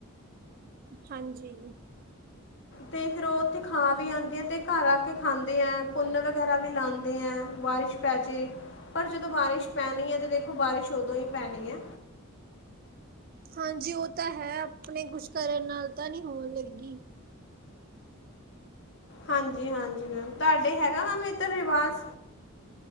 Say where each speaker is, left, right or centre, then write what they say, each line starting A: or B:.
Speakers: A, on the right (about 40°); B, on the left (about 55°).
A: ਹਾਂਜੀ।
B: ਤੇ' ਫੇਰ ਉਹ ਉੱਥੇ ਖਾ ਵੀ ਆਉਂਦੇ ਆ ਤੇ ਘਰ ਆ ਕੇ ਖਾਂਦੇ ਆ ਪੁੰਨ ਵਗੈਰਾ ਵੀ ਲਾਉਂਦੇ ਆ ਬਾਰਿਸ਼ ਪੈ ਜੇ, ਪਰ ਜਦੋਂ ਬਾਰਿਸ਼ ਪੈਣੀ ਐ ਤੇ ਦੇਖੋ ਬਾਰਿਸ਼ ਉਦੋਂ ਹੀ ਪੈਣੀ ਐ।
A: ਹਾਂਜੀ ਉਹ ਤਾਂ ਹੈ ਆਪਣੇ ਕੁਛ ਕਰਨ ਨਾਲ ਤਾਂ ਨਹੀਂ ਹੋਣ ਲੱਗੀ।
B: ਹਾਂਜੀ-ਹਾਂਜੀ ਮੈਮ ਤੁਹਾਡੇ ਹੈਗਾ ਮੈਮ ਇੱਧਰ ਰਿਵਾਜ਼।